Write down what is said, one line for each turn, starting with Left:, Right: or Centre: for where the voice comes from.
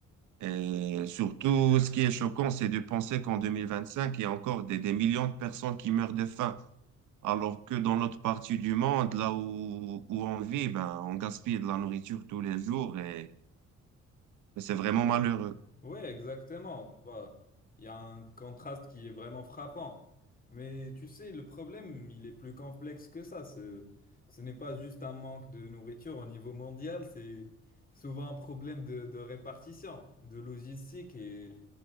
Right: Et surtout, ce qui est choquant, c'est de penser qu'en 2025, il y a encore des, des millions de personnes qui meurent de faim, alors que dans notre partie du monde, là où, où on vit, ben, on gaspille de la nourriture tous les jours et, et c'est vraiment malheureux.
Left: Oui, exactement. Tu vois, il y a un contraste qui est vraiment frappant. Mais tu sais, le problème, il est plus complexe que ça. Ce, ce n'est pas juste un manque de nourriture au niveau mondial, c'est souvent un problème de, de répartition, de logistique et,